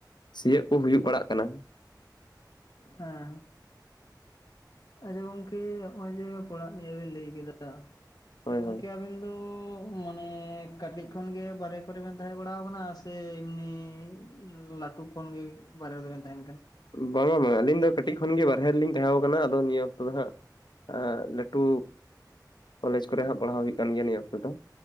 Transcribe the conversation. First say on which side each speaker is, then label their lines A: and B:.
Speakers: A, on the left; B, on the left.
A: ᱥᱤᱭᱟᱹᱜ ᱠᱩ ᱦᱩᱭᱩᱜ ᱵᱟᱲᱟᱜ ᱠᱟᱱᱟ
B: ᱦᱮᱸ ᱟᱪᱷᱟ ᱜᱚᱝᱼᱼ <unintelligible> ᱠᱮ ᱦᱚᱸᱜᱼ ᱚᱭ ᱡᱮ ᱯᱚᱲᱟᱜ ᱱᱤᱭᱟᱹ ᱵᱮᱱ ᱞᱟᱹᱭ ᱠᱮᱫᱟ, ᱛᱟᱦᱞᱮ
A: ᱦᱳᱭ
B: ᱜᱚᱝᱠᱮ
A: ᱦᱳᱭ
B: ᱟᱵᱮᱱ ᱫᱚ ᱦᱚ ᱢᱟᱱᱮ ᱠᱟᱹᱴᱤᱡ ᱠᱷᱚᱱ ᱜᱮ ᱵᱟᱨᱦᱮ ᱠᱚᱨᱮ ᱵᱮᱱ ᱛᱟᱦᱮᱸ ᱵᱟᱲᱟᱣ ᱠᱟᱱᱟ ᱥᱮ ᱮᱢᱱᱤ ᱩᱸ ᱞᱟᱹᱴᱩ ᱠᱷᱚᱱᱜᱮ ᱵᱟᱨᱦᱮ ᱨᱮᱫᱚ ᱵᱮᱱ ᱛᱟᱦᱮᱱ ᱠᱟᱱᱟ
A: ᱵᱟᱝᱟ ᱵᱟᱝᱟ ᱟᱹᱞᱤᱧ ᱫᱚ ᱠᱟᱹᱴᱤᱡ ᱠᱷᱚᱱ ᱜᱮ ᱵᱟᱨᱦᱮ ᱨᱮᱞᱤᱧ ᱛᱟᱦᱮᱸ ᱟᱠᱟᱱᱟ ᱟᱫᱚ ᱱᱤᱭᱟᱹ ᱚᱠᱛᱚ ᱫᱚ ᱦᱟᱸᱜ ᱟ ᱞᱟᱹᱴᱩ ᱠᱚᱞᱮᱡᱽ ᱠᱚᱨᱮ ᱦᱚᱸ ᱯᱟᱲᱦᱟᱣ ᱦᱩᱭᱩᱜ ᱠᱟᱱ ᱜᱮᱭᱟ ᱱᱤᱭᱟᱹ ᱚᱠᱛᱚ ᱫᱚ᱾